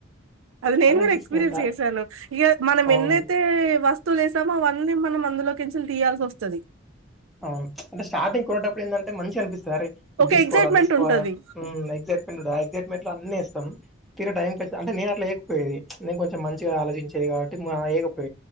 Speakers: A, on the right; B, in the centre.
A: అది నేను
B: భలే
A: కూడా
B: అనిపిస్తది
A: ఎక్స్పీరియన్స్
B: అంట
A: చేశాను ఇక మనం
B: అవును
A: ఎన్నయితే వస్త వ లేసాము అవన్నీ మనం అందులోకేళినుచి తీయాల్సి వస్తుంది
B: అవును అంటే స్టార్టింగ్ కొనేటప్పుడు ఏంటంటే మంచిగా అనిపి సరే ఇది
A: ఒక
B: తీసుకోవాల
A: ఎగ్జైట్మెంట్
B: అది తీసుకోవల
A: ఉంటది.
B: ఉమ్ ఎగ్జైట్మెంట్ ఆ ఎగసైట్మెంట్ ఇ అన్నీ ఇస్తం తినే టైంకి వచ్చి అంటే నేను అట్లా లేకపోయే నేను కొంచం మంచిగా ఆలోచించేది కాబట్టి పో